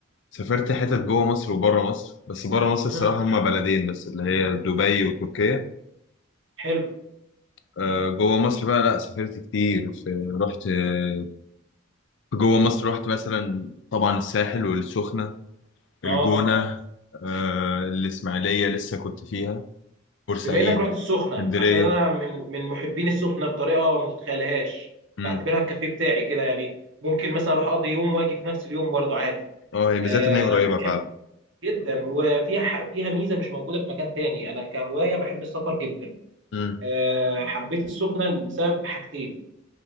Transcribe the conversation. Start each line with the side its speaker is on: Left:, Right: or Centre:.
Left: سافرت حتت جوه مصر وبره مصر بس بره مصر الصراحة
Right: مم.
Left: هما بلدين بس اللي هي دبي وتركيا
Right: حلو
Left: آه، جوه مصر بقى لا سافرت كتير في رحت آه، في جوه مصر رحت مثلا طبعا الساحل والسخنة
Right: اه
Left: الجونة آه، الإسماعيلية لسه كنت فيها بورسعيد
Right: بما انك رحت السخنه
Left: اسكندرية
Right: عشان انا من من محبين السخنه بطريقه ما تتخيلهاش
Left: مم.
Right: بعتبرها الكافيه بتاعي كده يعني ممكن مثلا اروح اقضي يوم واجي في نفس اليوم برضو عادي
Left: اه هي ميزتها
Right: أه
Left: ان هي قريبة فعلا
Right: بحب جدا وفيها ح- فيها ميزه مش موجوده في مكان تاني انا كهوايه بحب السفر جدا
Left: مم.
Right: أه حبيت السخنه بسبب حاجتين